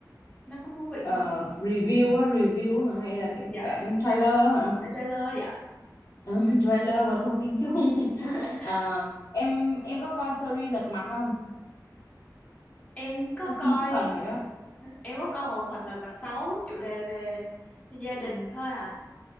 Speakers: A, on the left; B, on the left.
A: nó có thú vị
B: Ờ,
A: không
B: review á, review hả? hay là cái
A: Dạ,
B: bản trailer hả?
A: trailer dạ.
B: Ờ, <laughs> trailer và thông tin chung. <laughs>
A: <laughs>
B: Ờ, em em có coi series Lật Mặt không?
A: em có
B: Có
A: coi
B: 9 phần rồi đó,
A: em có coi một phần lật mặt sáu chủ đề về gia đình thôi à